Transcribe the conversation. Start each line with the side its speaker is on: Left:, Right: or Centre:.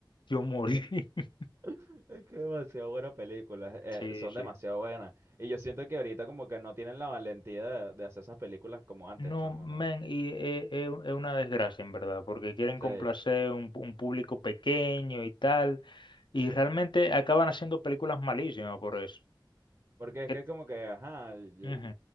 Left: yo morí, <laughs>
Right: <laughs> Es que demasiado buenas películas, eh,
Left: sí,
Right: son
Left: sí,
Right: demasiado buenas. Y yo siento que ahorita como que no tienen la valentía de, de hacer esas películas como antes,
Left: No,
Right: chamo,
Left: men,
Right: ¿no?
Left: y eh, eh, es una desgracia en verdad, porque quieren
Right: Sí,
Left: complacer un, pu- un público pequeño y tal, y
Right: sí.
Left: realmente acaban haciendo películas malísimas por eso.
Right: Porque es
Left: Que-
Right: que es como que, ajá, yo-
Left: Ujú,